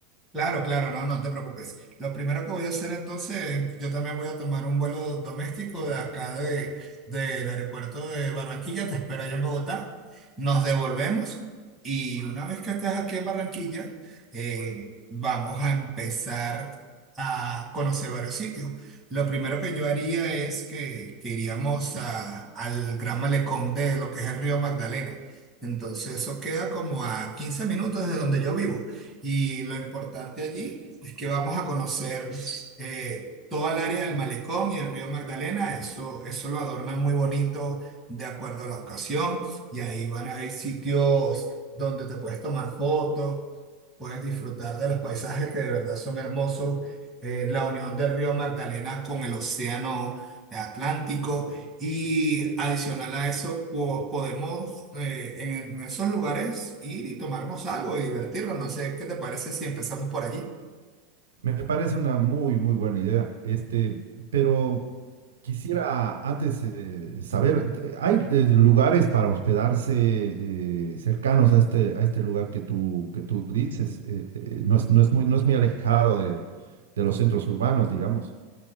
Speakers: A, on the right; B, on the right.
A: Claro, claro, no, no te preocupes. Lo primero que voy a hacer entonces, yo también voy a tomar un vuelo doméstico de acá de, del aeropuerto de Barranquilla, te espero allá en Bogotá. Nos devolvemos y una vez que estés aquí en Barranquilla, eh, vamos a empezar a conocer varios sitios. Lo primero que yo haría es que, que iríamos a- al Gran Malecón de lo que es el río Magdalena. Entonces eso queda como a 15 minutos de donde yo vivo. Y lo importante allí es que vamos a conocer eh, toda el área del malecón y el río Magdalena. Eso, eso lo adornan muy bonito de acuerdo a la ocasión. Y ahí van, hay sitios donde te puedes tomar fotos, puedes disfrutar de los paisajes que de verdad son hermosos. Eh, la unión del río Magdalena con el océano Atlántico. Y adicional a eso, po- podemos eh, en esos lugares ir y tomarnos algo y divertirnos. No sé, ¿qué te parece si empezamos por allí?
B: Me parece una muy, muy buena idea. Este, pero. Quisiera antes eh, saber, de- ¿hay eh, lugares para hospedarse eh, cercanos a este, a este lugar que tú, que tú dices? Eh, eh, no es, no es muy, no es muy alejado de, de los centros urbanos, digamos.